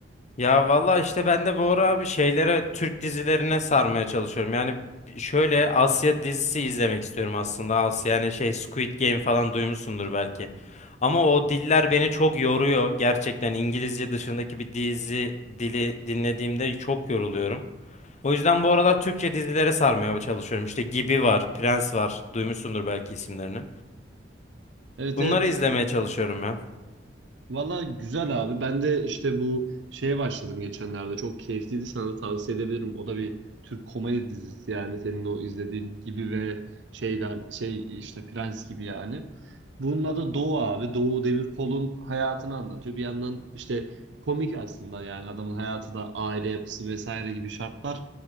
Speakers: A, on the left; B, on the right.
A: Ya valla işte ben de bu ara abi şeylere Türk dizilerine sarmaya çalışıyorum. Yani şöyle Asya dizisi izlemek istiyorum aslında. Asya yani şey Squid Game falan duymuşsundur belki. Ama o diller beni çok yoruyor. Gerçekten İngilizce dışındaki bir dizi dili dinlediğimde çok yoruluyorum. O yüzden bu aralar Türkçe dizilere sarmaya çalışıyorum. İşte Gibi var, Prens var. Duymuşsundur belki isimlerini.
B: Evet
A: Bunları
B: evet
A: izlemeye çalışıyorum ya.
B: Valla güzel abi. Ben de işte bu şeye başladım geçenlerde. Çok keyifliydi. Sana da tavsiye edebilirim. O da bir Türk komedi dizisi yani senin o izlediğin gibi ve şeyler şey işte Prens gibi yani. Bunun adı Doğu abi. Doğu Demirkol'un hayatını anlatıyor. Bir yandan işte komik aslında yani adamın hayatı da aile yapısı vesaire gibi şartlar